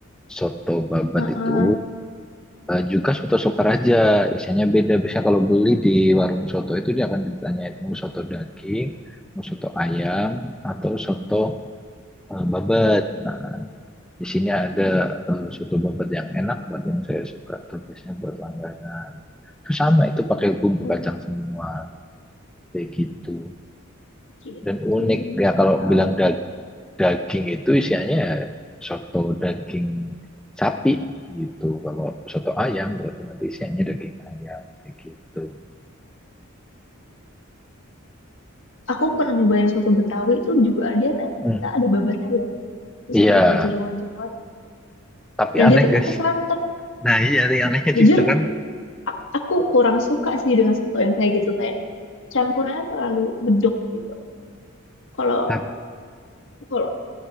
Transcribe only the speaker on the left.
Heeh.
Oh,
gitu.
Baru
tahu
aku.
Aku pernah nyoba yang soto Betawi itu juga dia ternyata
ada babatnya ya. ya. Terus
kayak
ada jeroan-jeroan.
Dan
dia tuh
pakai santan.
Jujur,
a- aku kurang suka sih dengan soto yang kayak gitu. Kayak campurnya terlalu bedok gitu. Kalau
kalau